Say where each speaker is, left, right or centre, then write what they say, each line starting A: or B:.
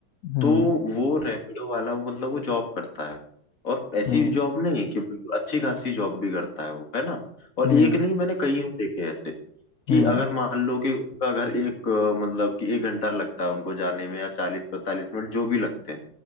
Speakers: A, on the left (about 70°); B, on the left (about 45°).
A: हम्म
B: तो वो रैपिडो वाला मतलब वो जॉब करता है और ऐसी
A: हम्म
B: जॉब नहीं कि बिल्कुल अच्छी खासी जॉब भी करता है वो है ना और
A: हम्म
B: एक नहीं मैंने कई देखे ऐसे कि
A: हम्म
B: अगर मान लो कि उनका घर एक अ, मतलब कि एक घंटा लगता है उनको जाने में या चालीस पैंतालीस मिनट जो भी लगते हैं